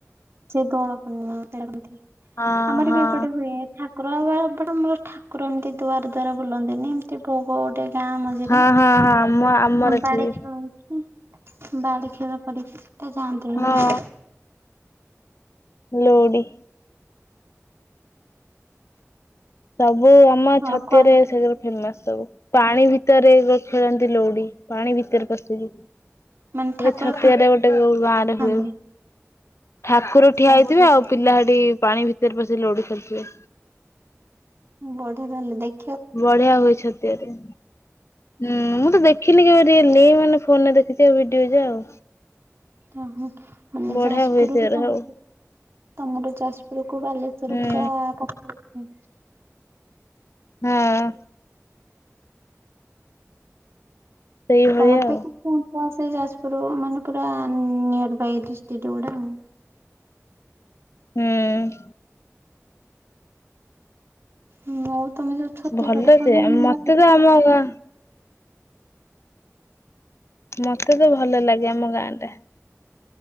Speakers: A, on the right (about 55°); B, on the left (about 60°).
A: ସେ ଦୋଳ ପୂର୍ଣିମା କରନ୍ତି
B: ହଁ
A: ଆମର
B: ହଁ
A: ବି ଏପଟେ ହୁଏ। ଠାକୁର ଆଉ ଆ, ଏପଟେ ଆମର ଠାକୁର ଏମିତି ଦୁଆର ଦୁ୍ଆର ବୁଲନ୍ତିନି। ଏମ ତି ଭୋଗ ଗୋଟେ ଗାଁ ମଝିରେ,
B: ହଁ ହଁ
A: ଉଉଁ,
B: ହଁ ଆମ ଆମର ଏଠି
A: ବାଡି
B: ବି
A: ଖେଳନ୍ତି। ବାଡି ଖେଳ କରିକି ତ ଯାଆନ୍ତି
B: ହଁ
A: ହେରି।
B: ଲୋଡି। ସବୁ ଆମ
A: ଆଉ
B: ଛତିଆରେ
A: କଣ
B: ସେଠି ଆମର ଫେମସ୍ ସବୁ। ପାଣି ଭିତରେ ଯୋଉ ଖେଳନ୍ତି ଲୋଡି, ପାଣି ଭିତରେ ପଶିକି।
A: ମାନେ ଠାକୁର
B: ସେଟା ଛତିଆରେ ଗୋଟେ କୋଉ ଗାଁରେ
A: ଖେଳନ୍ତି
B: ହୁଏ। ଠାକୁର ଠିଆ
A: ଓହୋ
B: ହେଇଥିବେ ଆଉ ପିଲା ସେଠି ପାଣି ଭିତରେ ପଶି ଲୋଡି ଖେଳୁଥିବେ।
A: ବଢିଆ ତାହେଲେ ଦେ
B: ବଢିଆ ହୁଏ ଛତିଆରେ। ହୁଁ, ମୁଁ ତ ଦେଖିନି କେବେ ରିଏଲି, ଏଇ ମାନେ ଫୋନୂ ରେ ଦେଖିଚି, ଆଉ ଭିଡିଓ ଯା ଆଉ।
A: <unintelligible> ମାନେ
B: ବଢିଆ
A: ଯାଜପୁର
B: ହୁଏ ସେରା
A: କୁ ତ ଆମ
B: ସବୁ
A: <inaudible> ତୋମର ଯାଜପୁର କୁ ବାଲେଶ୍ୱର
B: ହୁଁ
A: ପୁରା ପାଖରେ। ହୁଁ,
B: ହଁ। ସେଇଭଳିଆ
A: ତୋମର
B: ଆଉ।
A: ବି କିଛି ଅଂଶ ସେଇ ଯାଜପୁର କୁ ମାନେ ପୁରା ଉଁ, ନିୟର୍ ବାଇ ଡିଷ୍ଟ୍ରିକ୍ଟ ଗୁଡା ଆଉ।
B: ହୁଁ। ହୁଁ।
A: ହଁ ଆଉ ତମେ ଯୋଉ ଛତିଆ
B: ଭଲ
A: ପାଟ କହିଲ
B: ଯେ
A: ମୁଁ
B: ମତେ
A: <unintelligible>
B: ତ ଆମ ଗାଁ ମତେ ତ ଭଲ ଲାଗେ ଆମ ଗାଁ ଟା।